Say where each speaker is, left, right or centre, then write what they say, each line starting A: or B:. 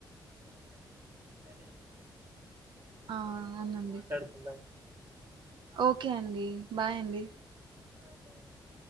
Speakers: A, on the right; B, on the right.
A: అవునండి సరే అండి
B: ఆ
A: ఇంకొక కాలో
B: అవునండి
A: మాట్లాడుకుందాం
B: ఓకే అండి బాయ్ అండి
A: ఆ బాయండి